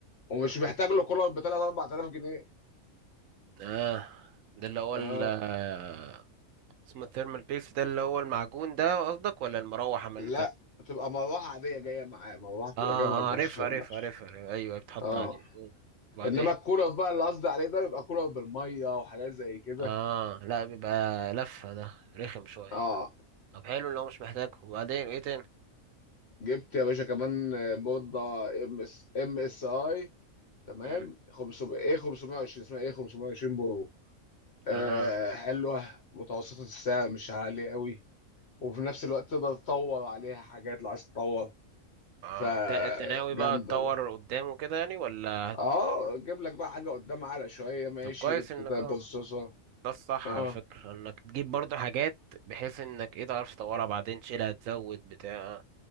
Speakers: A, on the left (about 55°); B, on the right (about 75°).
A: ومش
B: تمام
A: محتاج له كولر ب 3 4000 جنيه
B: اه ده اللي هو
A: اه
B: ال آه، اسمه الثيرمال بيلز ده اللي هو المعجون ده قصدك ولا المروحة عامة
A: لا بتبقى مروحه عاديه جايه معاه مروحه بتبقى
B: اه اه
A: جايه مع البروسيسور
B: عارف عارف
A: نفسه
B: عارف عارف. ايوه بتحط
A: اه
B: عليه مم. وبعدين
A: انما الكولر بقى اللي قصدي عليه ده بيبقى كولر بالميه وحاجات زي كده
B: اه لا بيبقى لفة ده رخم شوية
A: اه
B: طب حلو لو مش محتاجه وبعدين ايه تاني
A: جبت يا باشا كمان آه، بورده ام اس ام اس اي تمام
B: مم.
A: 500 ايه 520 اسمها ايه 520 برو آه
B: اه
A: حلوه متوسطه السعر مش عاليه قوي وفي نفس الوقت تقدر تطور عليها حاجات لو عايز تطور
B: اه
A: فجامده
B: تا- انت ناوي بقى تطور قدامه كده يعني ولا
A: اه جيب لك بقى حاجه قدام على شويه ماشي
B: طب كويس
A: طيب
B: انك اه
A: بصصه
B: ده الصح
A: اه
B: على فكرة انك تجيب برضه حاجات بحيث انك ايه تعرف تطورها بعدين تشيلها تزود بتاع